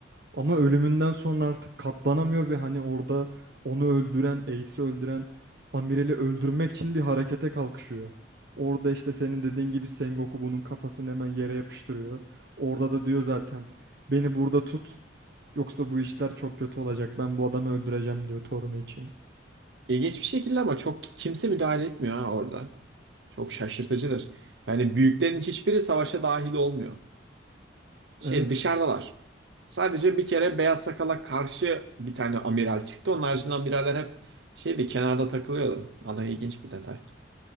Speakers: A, on the right; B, on the right.
A: Ama ölümünden sonra artık katlanamıyor ve hani orada onu öldüren, Ace'i öldüren Amirel'i öldürmek için bir harekete kalkışıyor. Orada işte senin dediğin gibi Sengoku bunun kafasını hemen yere yapıştırıyor. Orada da diyor zaten beni burada tut yoksa bu işler çok kötü olacak. Ben bu adamı öldüreceğim diyor torunu için.
B: İlginç bir şekilde ama çok kimse müdahale etmiyor ha orada. Çok şaşırtıcıdır. Yani büyüklerin hiçbiri savaşa dahil olmuyor. Şey
A: Evet
B: dışarıdalar. Sadece bir kere Beyaz Sakal'a karşı bir tane amiral çıktı. Onun haricinde amiraller hep şeydi kenarda takılıyordu. Vallahi ilginç bir detay.